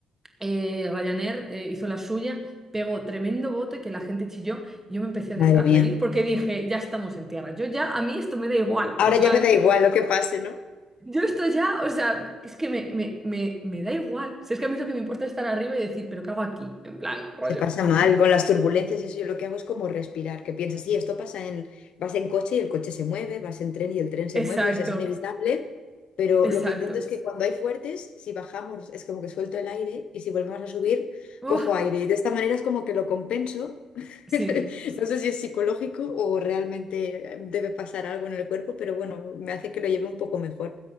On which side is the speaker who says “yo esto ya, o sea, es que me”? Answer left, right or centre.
Right